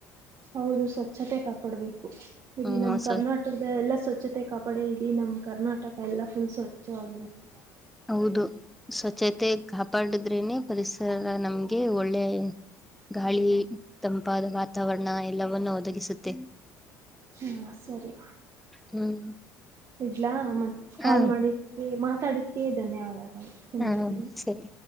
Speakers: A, on the right; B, in the centre.
A: ಹೌದು ಸ್ವಚ್ಚತೆ ಕಾಪಾಡ್ಬೇಕು ಇಡೀ
B: ಹ್ಮ
A: ನಮ್ಮ್
B: ಸ್ವ
A: ಕರ್ನಾಟಕ <unintelligible> ಎಲ್ಲ ಸ್ವಚ್ಚತೆ ಕಾಪಡಿ ಇಡೀ ನಮ್ಮ ಕರ್ನಾಟಕ ಎಲ್ಲ ಫುಲ್ ಸ್ವಚ್ಚವಾಗಿರುತ್ತೆ.
B: ಹೌದು, ಸ್ವಚ್ಛತೆ ಕಾಪಾಡಿದ್ರೇನೆ ಪರಿಸರ ನಮ್ಗೆ ಒಳ್ಳೆ- ಗಾಳಿ ತಂಪಾದ ವಾತಾವರಣ ಎಲ್ಲವವನ್ನು ಒದಗಿಸುತ್ತೆ.
A: ಹಾ, ಸರಿ
B: ಹ್ಮ್
A: ಇಡ್ಲಾ ಮತ್ತ್ ಕಾಲ್
B: ಹ
A: ಮಾಡಿ ನೀವು ಮಾತಾಡೋದಕ್ಕೆ ಧನ್ಯವಾದಗಳು ನಿಮ್ಮ
B: ಹಾ,
A: ಜೊತೆಲಿ
B: ಸರಿ